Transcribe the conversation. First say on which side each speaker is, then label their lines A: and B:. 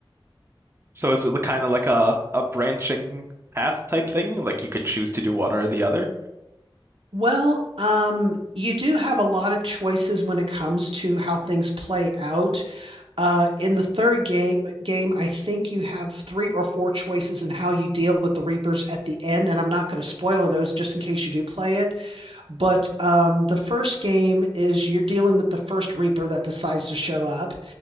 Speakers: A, on the right; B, on the right.
A: So is it kind of like a a branching path type thing? Like you could choose to do one or the other?
B: Well, um, you do have a lot of choices when it comes to how things play out. Uh, in the third game, game, I think you have three or four choices in how you deal with the Reapers at the end, and I'm not going to spoil those just in case you do play it. But um, the first game is you're dealing with the first Reaper that decides to show up.